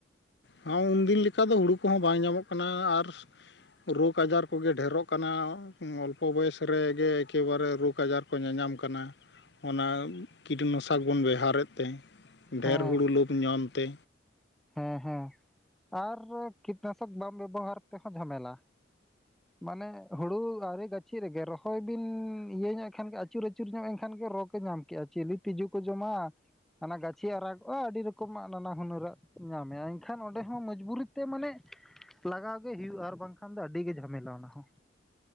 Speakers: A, on the left; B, in the centre.
A: ᱦᱚᱸ ᱩᱱᱫᱤᱱ ᱞᱮᱠᱟ ᱫᱚ ᱦᱩᱲᱩ ᱠᱚᱦᱚᱸ ᱵᱟᱝ ᱧᱟᱢᱚᱜ ᱠᱟᱱᱟ ᱟᱨ ᱨᱳᱜᱽ ᱟᱡᱟᱨ ᱠᱚ ᱜᱮ ᱰᱷᱮᱨᱚᱜ ᱠᱟᱱᱟ ᱚᱞᱯᱚ ᱵᱚᱭᱮᱥ ᱨᱮᱜᱮ ᱮᱠᱮᱵᱟᱨᱮ ᱨᱳᱜᱽ ᱟᱡᱟᱨ ᱠᱚ ᱧᱟᱧᱟᱢ ᱠᱟᱱᱟ ᱚᱱᱟ ᱠᱤᱴᱱᱟᱥᱚᱠ ᱵᱚᱱ ᱵᱮᱣᱦᱟᱨᱮᱫ ᱛᱮ ᱰᱷᱮᱨ
B: ᱦᱮᱸ
A: ᱦᱩᱲᱩ ᱞᱳᱵᱽ ᱧᱟᱢ ᱛᱮ
B: ᱦᱮᱸ ᱦᱮᱸ ᱟᱨ ᱠᱤᱴᱱᱟᱥᱚᱠ ᱵᱟᱢ ᱵᱮᱵᱚᱦᱟᱨ ᱛᱮᱦᱚᱸ ᱡᱷᱟᱢᱮᱞᱟ ᱢᱟᱱᱮ ᱦᱩᱲᱩ ᱟ. ᱣᱨᱤ ᱜᱟ- ᱪᱮᱫ ᱨᱮᱜᱮ ᱨᱚᱦᱚᱭ ᱵᱤᱱ ᱤᱭᱟᱹ ᱧᱚᱜ ᱮ ᱠᱷᱟᱱᱜᱮ ᱟᱹᱪᱩᱨ ᱟᱹᱪᱩᱨ ᱧᱚᱜ ᱮᱱ ᱠᱷᱟᱱ ᱜᱮ ᱨᱚ ᱠᱚ ᱧᱟᱢ ᱠᱮᱫᱼᱟ ᱪᱮᱞᱮ ᱛᱤᱡᱩ ᱠᱚ ᱡᱚᱢᱟ ᱦᱟᱱᱟ ᱜᱟᱹᱪᱷᱤ ᱟᱨᱟᱜᱚᱜᱼᱟ ᱟᱹᱰᱤ ᱨᱚᱠᱚᱢᱟᱜ ᱱᱟᱱᱟ ᱦᱩᱱᱟᱹᱨᱟᱜ ᱧᱟᱢᱮᱫᱼᱟ ᱮᱱᱠᱷᱟᱱ ᱚᱸᱰᱮ ᱦᱚᱸ ᱢᱚᱡᱽᱵᱩᱨᱤ ᱛᱮ ᱢᱟᱱᱮ ᱞᱟᱜᱟᱣ ᱜᱮ ᱦᱩᱭᱩᱜᱼᱟ ᱟᱨ ᱵᱟᱝᱠᱷᱟᱱ ᱫᱚ ᱟᱹᱰᱤ ᱜᱮ ᱡᱷᱟᱢᱮᱞᱟ ᱚᱱᱟ ᱦᱚᱸ